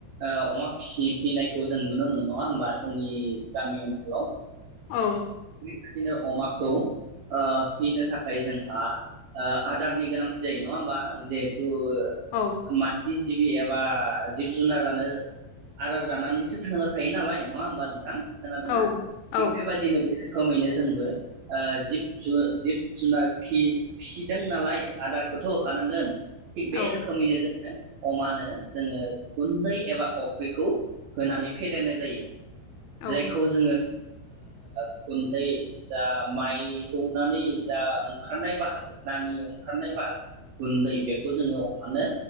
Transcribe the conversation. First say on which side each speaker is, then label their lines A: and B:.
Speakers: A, on the right; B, on the left.
A: ओ अमा फिनायखौ जों नुनो मोनो नङा होमबा जोंनि गामि ओनसोलाव
B: औ
A: नो अमाखौ फिनो थाखाय जोंहा आदारनि गोनांथि जायो नङा होमबा जिहेथु ओ
B: औ
A: मानसि जिबि एबा जिब जुनारानो आदार जानानैसो थांना थायो नालाय नङा होमबा नोंथां खोनादोंना
B: औ औ
A: थिग बेबायादिनो बे रोखोमैनो जोंबो ओ जिब जुन जिब जुनार फिदों नालाय आदारखौथ होखानांगोन थिग बे
B: औ
A: रोखोमैनो जों अमानो जोङो गुन्दै एबा अफ्रिखौ होनानै फेदेरनाय जायो
B: औ
A: जायखौ जोङो ओ गुन्दै जा माइ सौनानै जा ओंखारनाय बाहागो नाङि ओंखारनाय बाहागो गुन्दै बेखौ जोङो मानो